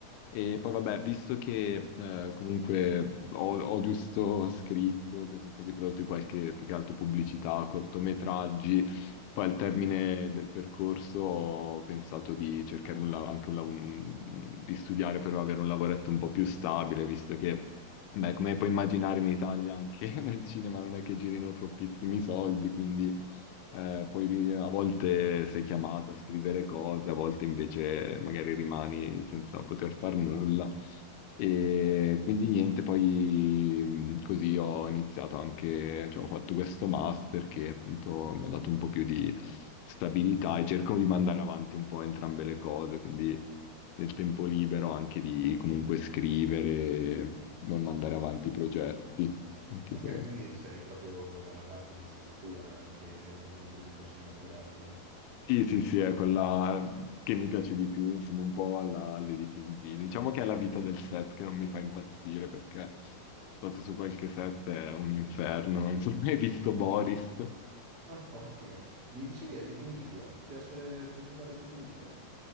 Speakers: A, on the left (about 85°); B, on the right (about 65°).
A: e poi vabbè, visto che eh, comunque ho, ho giusto scritto che sono stati prodotti qualche, più che altro pubblicità, cortometraggi, poi al termine del percorso ho pensato di cercare un, la- anche un, lav- di studiare per avere un lavoretto un po' più stabile, visto che... Beh, come puoi immaginare in Italia anche <laughs> nel cinema non è che girino troppissimi soldi, quindi eh, poi ri- a volte sei chiamata a scrivere cose, a volte invece magari rimani senza poter far nulla. E
B: Ok.
A: quindi niente, poi mh, così ho iniziato anche, cioè ho fatto questo master che appunto mi ha dato un po' più di stabilità e cerco di mandare avanti un po' entrambe le cose, quindi nel tempo libero anche di comunque scrivere, ma mandare avanti i progetti, anche
B: Ok,
A: se...
B: quindi sei proprio dalla parte di scrittura anche da un punto di vista cinematografico.
A: Sì, sì, sì, è quella che mi piace di più insieme un po' alla- all'editing video. Diciamo che è la vita del set che non mi fa impazzire perché sono stato su qualche set, è un inferno. Non so se hai visto Boris.
B: Ah, <laughs> ottimo. Mi dicevi editing video? Ti piace, ti piace fare editing video?